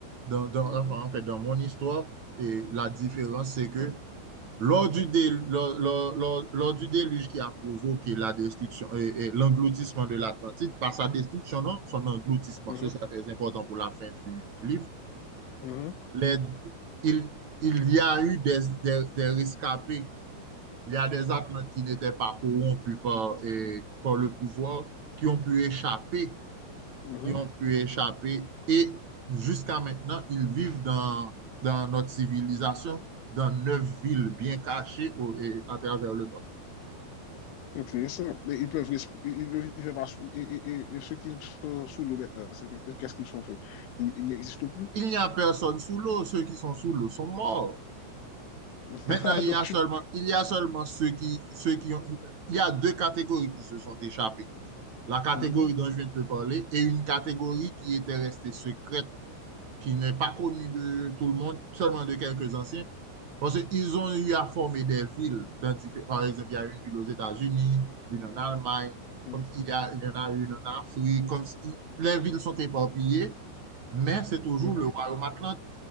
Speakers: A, on the right; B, on the left.
A: dans, dans-
B: Mhm.
A: enfin, en fait, dans mon histoire, et la différence, c'est que lors du, dé- lors- lors- lors- du déluge qui a provoqué la destruction et, et l'engloutissement de l'Atlantide, par sa destruction, non, son engloutissement,
B: Mhm,
A: ce sera très important pour la fin du, du livre.
B: mhm,
A: Les- il, il y a eu des, des- des rescapés, il y a des Atlantes qui n'étaient pas corrompus par, et- par le pouvoir, qui ont pu échapper,
B: mhm.
A: qui ont pu échapper, et jusqu'à maintenant, ils vivent dans, dans notre civilisation, dans neuf villes bien cachées au- et à travers le monde.
B: Intéressant. Mais ils peuvent, resp- ils ne vivent pas sous, et, et, et- et ceux qui sont sous l'eau maintenant, c'est que- qu'est-ce qu'ils ont fait? Ils, ils n'existent plus.
A: Il n'y a personne sous l'eau. Ceux qui sont sous l'eau sont morts.
B: <laughs>
A: Maintenant, il
B: Donc
A: y a
B: tu.
A: seulement, il y a seulement ceux qui, ceux qui ont, il y a deux catégories qui se sont échappées. La catégorie
B: Mhm,
A: dont je viens de te parler et une catégorie qui était restée secrète, qui n'est pas connue de tout le monde, seulement de quelques anciens. Parce qu'ils ont eu à former des villes. Dans, diffé- par exemple, il y a une ville aux États-Unis, une en Allemagne,
B: mhm,
A: comme il y a, il y en a une en Afrique, comme si- les villes sont éparpillées, mais c'est toujours
B: mhm,
A: le royaume atlantique